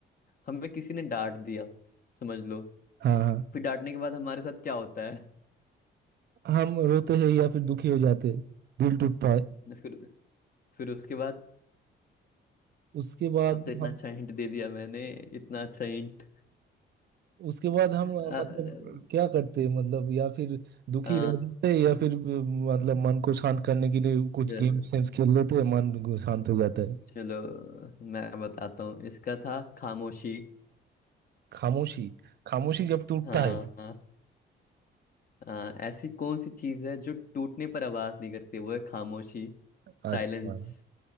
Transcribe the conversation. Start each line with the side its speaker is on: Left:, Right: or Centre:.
Left: हमें किसी ने डांट दिया समझ लो
Right: हाँ हाँ
Left: फिर डांटने के बाद हमारे साथ क्या होता है
Right: हम रोते हैं या फिर दुखी हो जाते हैं दिल टूटता है
Left: <laughs> फिर फिर उसके बाद
Right: उसके बाद
Left: अब तो इतना
Right: हम
Left: अच्छा हिंट दे दिया मैंने इतना अच्छा हिंट
Right: उसके बाद हम अ,
Left: अ,
Right: मतलब क्या करते हैं मतलब या फिर दुखी
Left: अ,
Right: रह जाते हैं या फिर अ, मतलब मन को शांत करने के लिए कुछ
Left: चल-
Right: गेम सेम्स खेल लेते हैं मन को शांत हो जाता है
Left: चलो मैं बताता हूँ इसका था खामोशी
Right: खामोशी खामोशी जब टूटता
Left: हाँ
Right: है
Left: हाँ, हाँ, ऐसी कौन सी चीज है जो टूटने पर आवाज नहीं करती वो है खामोशी
Right: अच्छा
Left: साइलेंस